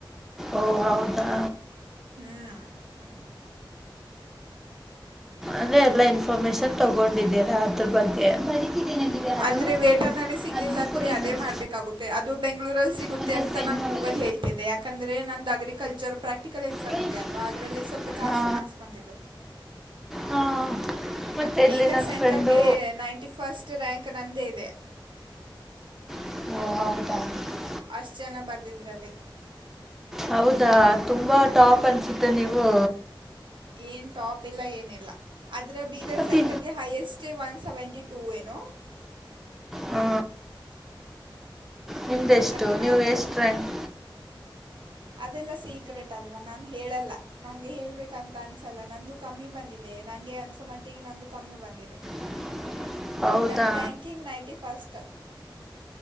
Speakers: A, in the centre; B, on the right.
A: ಓ ಹೌದಾ
B: ಹ್ಮ್
A: ಅದೇ ಎಲ್ಲಾ ಇನ್ಫಾರ್ಮೇಶನ್ ತಗೊಂಡಿದೀರಾ ಅದ್ರ ಬಗ್ಗೆ. ದಿವ್ಯಾ ಅದು
B: ಅಂದ್ರೆ ವೆಟರ್ನರಿ ಸಿಗ್ಲಿಲ್ಲ
A: ಅದು ಬುಕ್
B: ಅಂದ್ರೆ
A: ಕೊಡಿ
B: ಅದೇ
A: ಇನ್ನೊಂದು
B: ಮಾಡ್ಬೇಕಾಗುತ್ತೆ ಅದು ಬೆಂಗ್ಗಳೂರ ಸಿಗುತ್ತೆ
A: ನನಗೆ
B: ಅಂತೆ
A: ಪೆನ್
B: ನಂಗ್
A: ಅವೆಲ್ಲ
B: ಗೂಗಲ್ ಹೇಳ್ತಿದೆ ಯಾಕಂದರೆ ನನ್ನದು ಅಗ್ರಿಕಲ್ಚರ್ ಪ್ರಾಕ್ಟಿಕಲ್ ಎಕ್ಸಾಮ್
A: ಕೊಡು
B: ಇದೆ ಅಲ್ವಾ ಅದ್ರಲ್ಲಿ. ಸ್ವಲ್ಪ ಜಾಸ್ತಿ
A: ಹಾ
B: ಮಾರ್ಕ್ಸ್ ಬಂದಿದೆ.
A: ಹಾ ಮತ್ತೆ
B: ಬೀದರ್
A: ಇಲ್ಲಿ ನನ್ನ
B: ಸೆಂಟರ್ಗೆ
A: ಫ್ರೆಂಡು
B: ನೈಂಟಿ ಫಸ್ಟ್ ರಾಂಕು. ಕ ನಂದೇ ಇದೆ.
A: <inaudible>
B: ಅಷ್ಟು ಜನ ಬರ್ದಿದ್ರಲ್ಲಿ.
A: ಹೌದಾ ತುಂಬಾ ಟಾಪ್ ಅನ್ಸುತ್ತೆ ನೀವು.
B: ಏನ್ ಟಾಪ್ ಇಲ್ಲ ಏನು ಇಲ್ಲ ಅದ್ರೆ ಬೀದರ್
A: ಅತಿ
B: ಸೆಂಟರ್ಗೆ highest. T one seventy two ಏನೋ.
A: ಹಾ ನಿಮ್ದೆಷ್ಟು
B: ಅದು
A: ನೀವು
B: ನಾನು
A: ಎಷ್ಟು ರಾಂಕ್.
B: ಅದೆಲ್ಲ ಸೀಕ್ರೆಟ್ ಅಲ್ವಾ ನಾನು ಹೇಳಲ್ಲ. ನಂಗೆ ಹೇಳ್ಬೇಕಂತ ಅನ್ಸಲ್ಲ ನಂದು ಕಮ್ಮಿ ಬಂದಿದೆ ನಂಗೆ ಅನ್ಸೋ ಮಟ್ಟಿಗೆ ನಂದು ಕಮ್ಮಿ ಬಂದಿದೆ.
A: <unintelligible> ಹೌದಾ
B: ನಂದು ರಾಂಕಿಂಗ್ ನೈಂಟಿ ಫಸ್ಟ್.